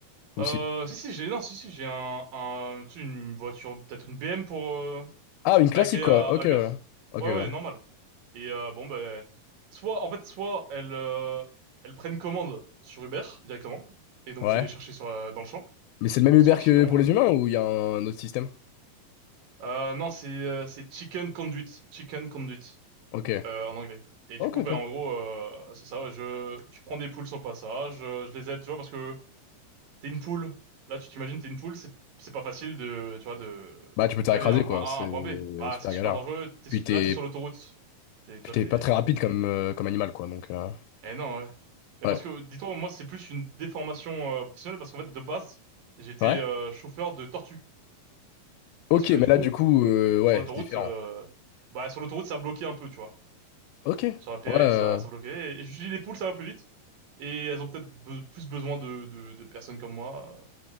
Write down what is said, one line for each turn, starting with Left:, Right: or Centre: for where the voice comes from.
Left: Ou
Right: Euh,
Left: si?
Right: si, si, j'ai, non, si, si, j'ai un, un, tu sais, une voiture, peut-être une BM pour euh,
Left: Ah, une classique
Right: agréer
Left: quoi.
Right: à à
Left: Ok,
Right: Uber.
Left: ouais. Ok,
Right: Ouais,
Left: ouais.
Right: ouais, normal. Et euh, bon, ben, soit, en fait, soit elles, euh, elles prennent commande sur Uber directement, et donc
Left: Ouais.
Right: je vais les chercher sur la- dans le champ,
Left: Mais c'est le même
Right: soit
Left: Uber
Right: sinon,
Left: que pour les humains
Right: euh,
Left: ou il y a un autre système?
Right: euh, non, c'est euh, c'est chicken conduit, chicken conduit
Left: Ok.
Right: euh, en anglais. Et
Left: Ok,
Right: du coup,
Left: ok.
Right: ben en gros, euh, c'est ça. ouais, je je prends des poules sur le passage, euh, je les aide, tu vois, parce que t'es une poule. Là, tu t'imagines, t'es une poule, c'est c'est pas facile de, tu vois, de
Left: Bah, tu peux
Right: d'aller
Left: te faire écraser
Right: à un
Left: quoi.
Right: point A
Left: C'est
Right: à un point B. Bah,
Left: super
Right: c'est super
Left: galère.
Right: dangereux. T'es,
Left: Puis t'es,
Right: là, t'es sur l'autoroute. T'es- Tu
Left: puis
Right: vois,
Left: t'es
Right: t'es
Left: pas très rapide comme, euh, comme animal quoi. Donc euh,
Right: Eh non, ouais. Mais
Left: ouais.
Right: parce que, dis-toi, moi, c'est plus une déformation euh, professionnelle parce qu'en fait, de base, j'étais
Left: Ouais.
Right: euh, chauffeur de tortue.
Left: Ok,
Right: Parce que,
Left: mais
Right: du
Left: là
Right: coup,
Left: du coup, euh, ouais,
Right: sur l'autoroute,
Left: c'est différent.
Right: euh, bah, sur l'autoroute, ça bloquait un peu, tu vois.
Left: Ok.
Right: Sur la périph',
Left: Ouais. euh.
Right: ça, ça bloquait. Et, je me suis dit, les poules, ça va plus vite. Et elles ont peut-être be- plus besoin de, de, de personnes comme moi. euh,